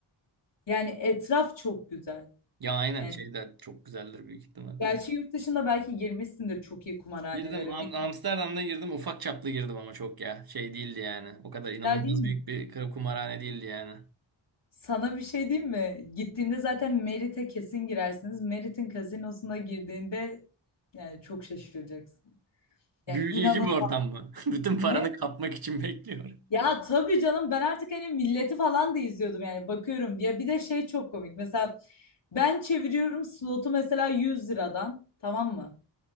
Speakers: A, on the left; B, on the right.
A: Yani etraf çok güzel.
B: Ya aynen
A: Yani
B: şey de çok güzeldir büyük ihtimal.
A: gerçi yurt dışında belki girmişsindir çok iyi kumarhanelere.
B: Girdim Am-
A: Bir
B: Amsterdam'da girdim ufak çaplı girdim ama çok ya. Şey değildi yani. O kadar inanılmaz
A: güzel değil mi?
B: büyük bir k- kumarhane değildi yani.
A: Sana bir şey diyeyim mi? Gittiğinde zaten Merit'e kesin girersiniz. Merit'in kazinosuna girdiğinde yani çok şaşıracaksın. Yani
B: Büyüleyici
A: inanın
B: bir ortam mı? <laughs> Bütün
A: ne?
B: paranı kapmak için bekliyor.
A: Ya tabii canım ben artık hani milleti falan da izliyordum yani bakıyorum. Ya bir de şey çok komik. Mesela ben çeviriyorum slotu mesela 100 liradan tamam mı?